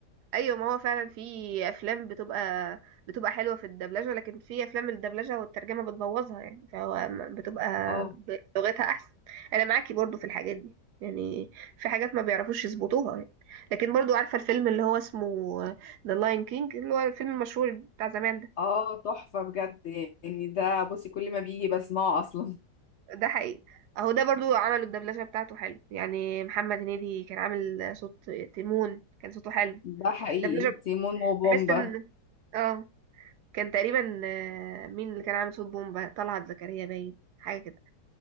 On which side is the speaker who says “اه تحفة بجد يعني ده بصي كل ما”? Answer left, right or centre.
Left